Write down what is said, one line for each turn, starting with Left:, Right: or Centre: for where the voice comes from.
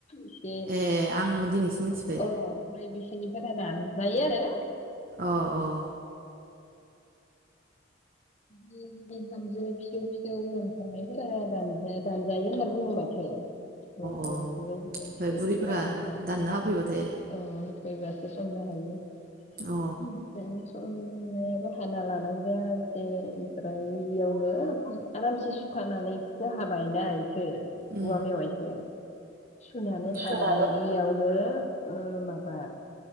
Left: एसे
Right: ए आं दिनैसो मिथिबाय
Left: अ बै बैसेनिफोरा दान जायो आरो
Right: अ औ
Left: बि-बिहामजो फिसौ फिसौ मोनखांनायफोरा दानजा दानजायो होनना बुङो माथो। <unintelligible> बेफोरबायदिहाय
Right: अ ओमफ्राय
Left: सो
Right: बुरैफोरा
Left: लाबोबाय
Right: दानना
Left: अ
Right: होफैबाथाय
Left: होफैबासो संनो हायो।
Right: अ
Left: <unintelligible> ए ओमफ्राय इयावनो आरामसे सुखानानैसो हाबायलाय सो औवा
Right: उम
Left: मेवायसो सुनानै हानानै
Right: सुनानै
Left: इयावनो ओ माबा